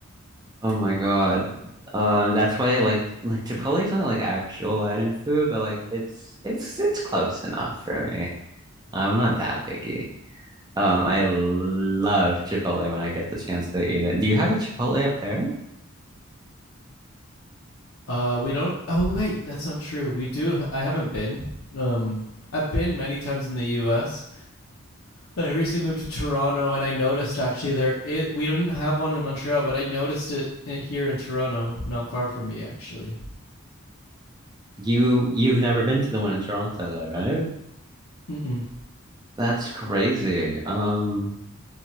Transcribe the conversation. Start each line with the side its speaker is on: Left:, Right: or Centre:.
Right: Oh my God. Um, that's why I like like chipotle is not like actual Latin food, but like it's it's it's close enough for me. I'm not that picky. Um, I love Chipotle when I get the chance to eat it. Do you have a Chipotle up there?
Left: Uh, we don't. Oh wait, that's not true. We do. I haven't been. Um, I've been many times in the U.S., but I recently moved to Toronto, and I noticed actually there it we didn't have one in Montreal, but I noticed it here in Toronto, not far from me actually.
Right: You you've never been to the one in Toronto though, right?
Left: Mm-mm.
Right: That's crazy. Um,